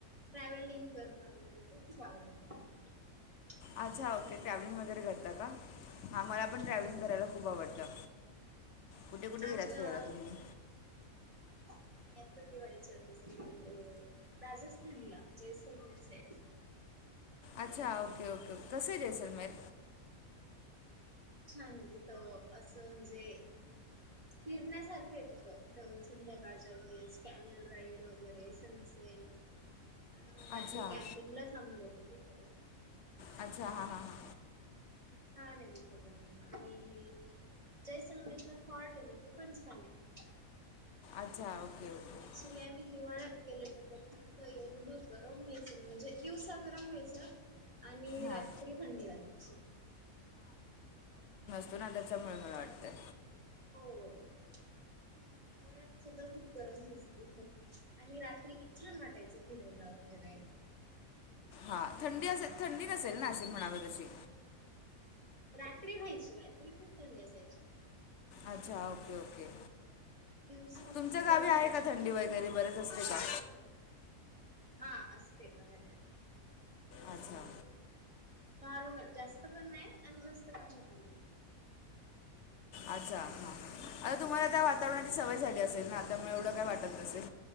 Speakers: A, on the right; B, on the left.
A: ट्रॅव्हलिंग करणं वगैरे ते खूप आवडतं मला. <inaudible>
B: अच्छा ओके, ट्रॅव्हलिंग वगैरे करता का? हा मला पण ट्रॅव्हलिंग
A: हो
B: करायला खूप आवडतं. कुठे कुठे गेलात
A: आम्ही अ
B: फिरायला तुम्ही?
A: आम्ही आत्ता दिवाळीच्या वेळेस गेलेलो, राजस्थानला जैसलमर साईड.
B: अच्छा ओके ओके, कसंय जैसलमेर?
A: खूप छान आहे तिथं असं म्हणजे फिरण्यासारखं आहे तिथं, अ संध्याकाळच्या वेळेस कॅमल राईड वगैरे सन सेट, आम्ही रात्री
B: अच्छा
A: कॅम्पिंगला थांबलं होतो तिथं.
B: अच्छा हा हा हा.
A: छान आहे. तेच पण आणि. जैय सलमाईचा इथला फॉर्ट आहे ना. तो पण छान आहे.
B: अच्छा ओके. ओके
A: ऍक्च्युली आम्ही हिवाळ्यात गेलेलो तरी एवढ गरम व्हायचं ना म्हणजे दिवसा गरम हो व्हायचं आणि
B: हां
A: रात्री थंडी वाजयची.
B: पुन्हा च्यामुळे मला वाटतंय.
A: हो. हिवाहाळ्यात सुद्धा खूप गरम व्हायचं तिथं. आणि रात्री छान वाटायचं फिरायला वगैरे. ह <unintelligible>
B: हा थंडी असेल थंडी नसेल नाशिक मध्ये म्हणावे तशी.
A: रात्री राहायची. रात्री खूप थंडी असायची.
B: अच्छा ओके-ओके.
A: दिवसा
B: तुमच्या
A: खूप
B: गावी
A: गरम
B: आहे
A: व्हायचं
B: का. थंडी
A: पण
B: वगैरे बरेच असते का.
A: हा असते रात्री.
B: अच्छा.
A: नॉर्मल जास्त पण नाही. आणि जास्त कमी पण नाही.
B: अच्छा हा आता तुम्हाला त्या वातावरणाची सवय झाली असेल ना आतामुळे एवढं काय वाटत नसेल